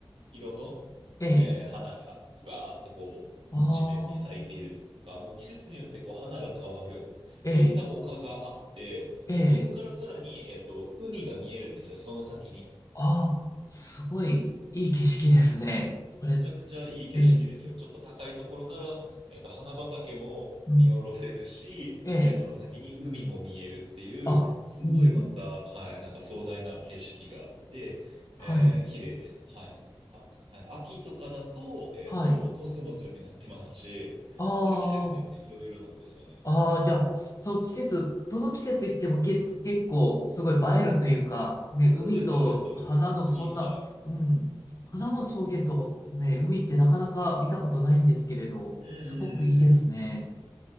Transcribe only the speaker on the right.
色の、
えー花がぶわーっとこう、
一面に咲いているとか、もう季節によってこう花が変わる、
そういった丘があって、
そこからさらに、えっと、海が見えるんですよ、その先に。
はい。
めちゃくちゃいい景色ですよ。
ちょっと高いところから、えっと、花畑も見下ろせるし、
えーその先に海も見えるっていう、
すごいまた、
はい、なんか壮大な景色があって、えー綺麗です。
はい。あ、はい。秋とかだと、えっと、
コスモスになってますし、
本当に季節によっていろいろなんですよね。
そうです、
そうです、そうです。本当に、はい。
うんうんうんうん。